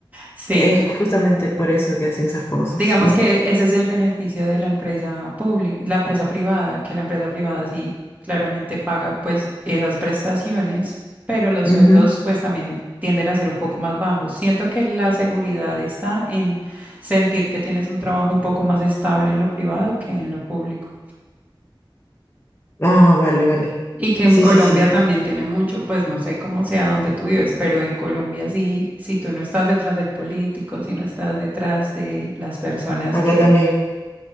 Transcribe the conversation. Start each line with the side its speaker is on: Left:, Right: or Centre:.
Right: sí,
Left: Es que justamente por eso que hacen esas cosas,
Right: Digamos
Left: ¿no?
Right: que ese es el beneficio de la empresa pública, la empresa privada, que la empresa privada sí claramente paga pues esas prestaciones, pero los
Left: Ujú.
Right: sueldos pues también tienden a ser un poco más bajos. Siento que la seguridad está en sentir que tienes un trabajo un poco más estable en lo privado que en lo público.
Left: Ah, vale, vale.
Right: Y que en
Left: Sí,
Right: Colombia
Left: sí, sí.
Right: también tiene mucho, pues no sé cómo sea donde tú vives, pero en Colombia sí, si tú no estás detrás del político, si no estás detrás de las personas
Left: Acá
Right: que
Left: también.